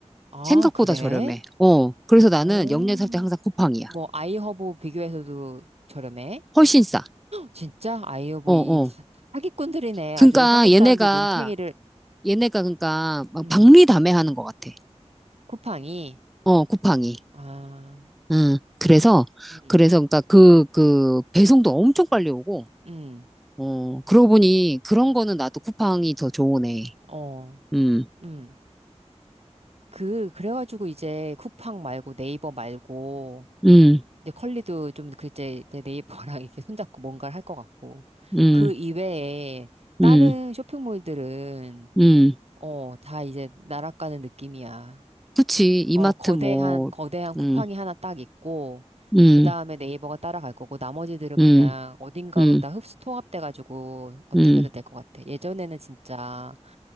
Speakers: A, on the right; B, in the centre.
A: 아,
B: 생각보다
A: 그래?
B: 저렴해. 어, 그래서 나는
A: 어.
B: 영내 살 때 항상 쿠팡이야.
A: 뭐, 아이허브 비교해서도 저렴해?
B: 훨씬 싸.
A: 진짜? 아이오브
B: 어, 어.
A: 이 사- 사기꾼들이네.
B: 그러니까
A: 아주 한국
B: 얘네가,
A: 사람들 눈탱이를,
B: 얘네가 그러니까 막
A: 음,
B: 박리다매하는 것 같아.
A: 쿠팡이.
B: 어, 쿠팡이.
A: 아,
B: 음, 그래서,
A: 음,
B: 그래서 그러니까 그, 그 배송도 엄청 빨리 오고,
A: 음,
B: 어, 그러고 보니 그런 거는 나도 쿠팡이 더 좋으네.
A: 어,
B: 음,
A: 음. 그, 그래가지고 이제 쿠팡 말고 네이버 말고,
B: 음,
A: 이제 컬리도 좀 그제 내 네이버랑 이렇게 손잡고 뭔가를 할 것 같고.
B: 음,
A: 그 이외에 다른
B: 음,
A: 쇼핑몰들은,
B: 음.
A: 어, 다 이제 날아가는 느낌이야.
B: 그치. 이마트
A: 어, 거대한,
B: 뭐,
A: 거대한 쿠팡이
B: 음.
A: 하나 딱 있고,
B: 음,
A: 그 다음에 네이버가 따라갈 거고, 나머지들은 그냥
B: 음,
A: 어딘가로
B: 음,
A: 다 흡수 통합돼가지고, 어떻게든
B: 음,
A: 될 것 같아. 예전에는 진짜,